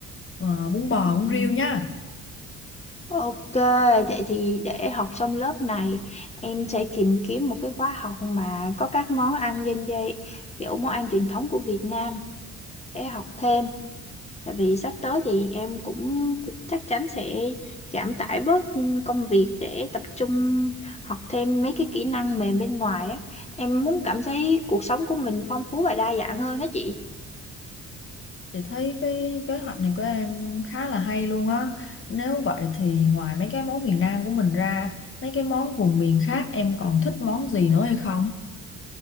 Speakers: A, on the left (about 40°); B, on the left (about 20°).
A: Ờ, bún bò
B: ừ.
A: bún riêu nhá
B: Ok, vậy thì để học xong lớp này em sẽ tìm kiếm một cái khóa học mà có các món ăn dân dây kiểu món ăn truyền thống của Việt Nam để học thêm Tại vì sắp tới thì em cũng chắc chắn sẽ giảm tải bớt công việc để tập trung học thêm mấy cái kỹ năng mềm bên ngoài á. Em muốn cảm thấy cuộc sống của mình phong phú và đa dạng hơn đó chị.
A: Chị thấy cái kế hoạch này của em khá là hay luôn á. Nếu vậy thì ngoài mấy cái món miền Nam của mình ra, mấy cái món vùng miền khác em còn thích món gì nữa hay không?